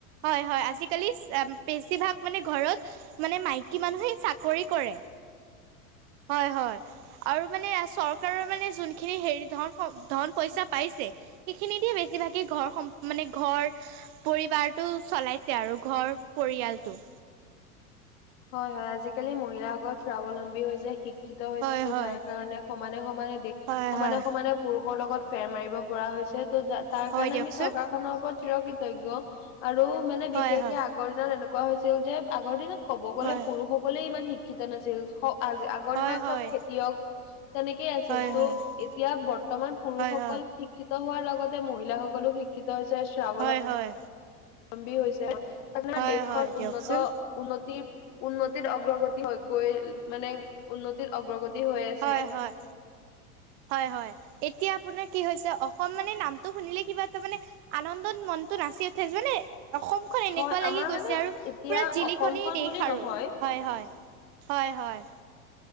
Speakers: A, on the right (about 45°); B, on the left (about 55°).
A: হয় হয়, আজিকালি- বেছিভাগ মানে ঘৰত মানে মাইকী মানুহেই চাকৰি কৰে। হয় হয়। আৰু মানে চৰকাৰৰ মানে যোনখিনি সেই ধন ধন পইচা পাইছে- সেইখিনি দিয়ে বেছিভাগেই ঘৰ সম মানে ঘৰ- পৰিবাৰতটো চলাইছে আৰু ঘৰ পৰিয়ালটো।
B: হয় হয়, আজিকালি মহিলাসকল স্বাৱলম্বী হৈছে শিক্ষিত হৈছে
A: হয় হয়
B: যাৰ কাৰণে, - সমানে সমানে দেক
A: হয়
B: সমানে
A: হয়
B: সমানে পুৰুষৰ লগত ফেৰ মাৰিব পৰা হৈছে। তে তো তাৰ
A: হয়
B: কাৰণে
A: দিয়কচোন
B: আমি চৰকাৰখনৰ ওপৰত চিৰ কৃতজ্ঞ আৰু মানে
A: হয়
B: বিশেষকে
A: হয়
B: আগ- আগৰ দিনত এনেকুৱা হৈছিল যে আগৰ দিনত ক'ব গ'লে
A: হয়
B: পুৰুষসকলে ইমান শিক্ষিত নাছিল আজ- আগৰ
A: হয়
B: দিনত
A: হয়
B: চব খেতিয়ক তেনেকেই আছিল
A: হয় হয়
B: ত'
A: হয়
B: এতিয়া বৰ্তমান পুৰুষসকল
A: হয়
B: শিক- শিক্ষিত হোৱাৰ লগতে মহিলাসকলো শিক্ষিত হৈছে শ্ৰাৱ-
A: হয় হয়।
B: অমবী হৈছে, আপোনাৰ
A: হয়
B: দেশখন
A: হয় দিয়কচোন
B: উন্নত- উন্নতি উন্নতিত অগ্ৰগতি হৈ গৈ মানে- উন্নতিত অগ্ৰগতি হৈ আছে।
A: হয় হয় হয় হয়, এতিয়া আপোনাৰ কি হৈছে অসম মানে নামটো শুনিলে কিবা এটা মানে- আনন্দত মনটো নাচি উঠে জানে। অসমখন এনেকুৱা
B: হয়
A: লাগি
B: আমাৰ
A: গৈছে
B: মানে
A: আৰু
B: এতিয়া
A: পুৰা জিলিকনিৰ
B: অসমখন
A: দেশ
B: বুলি নহয়
A: আৰু, হয় হয়। হয় হয়।